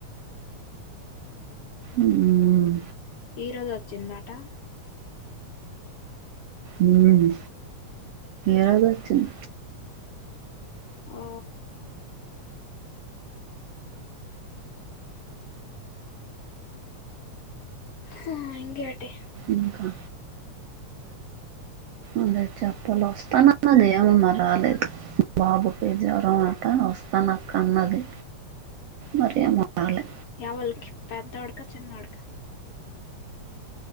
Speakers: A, on the right; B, on the left.
A: ఉహ్
B: ఈరోజొచ్చిందట
A: ఉహ్ ఏదొచ్చన్
B: ఆ ఆ హ ఇంకెటి
A: ఇంకా అదే చెప్పాల వస్తానన్నది ఏమొ మరి రాలే బాబు కి జ్వరం అంట వస్తానక్క అన్నది మరెమొ రాలె
B: ఎవల్కి పెద్దొడ్కా చిన్నొడ్కా